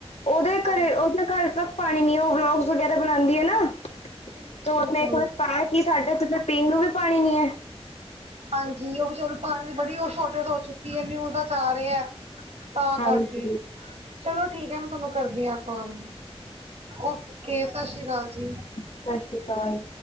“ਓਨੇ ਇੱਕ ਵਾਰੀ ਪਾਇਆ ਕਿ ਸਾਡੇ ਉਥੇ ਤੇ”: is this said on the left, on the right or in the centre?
Left